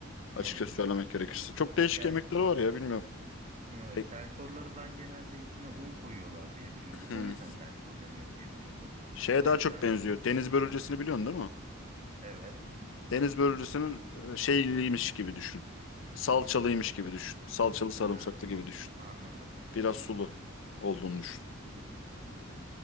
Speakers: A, on the left; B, on the right.
A: Açıkça
B: hmm.
A: söylemek gerekirse. Çok değişik
B: Ya,
A: yemekleri var ya bilmiyorum.
B: evet,
A: E,
B: teltorları ben genelde içine un koyuyorlar diye biliyordum.
A: hmm.
B: O yüzden teltor deniyor diye biliyordum.
A: Şeye
B: Ve
A: daha
B: e,
A: çok benziyor. Deniz börülcesini biliyorsun değil mi?
B: evet.
A: Deniz börülcesinin e, şeyliymiş gibi düşün. Salçalıymış gibi düşün. Salçalı sarımsaklı
B: Ha,
A: gibi düşün.
B: anladım.
A: Biraz
B: Hmm,
A: sulu olduğunu düşün.
B: anladım.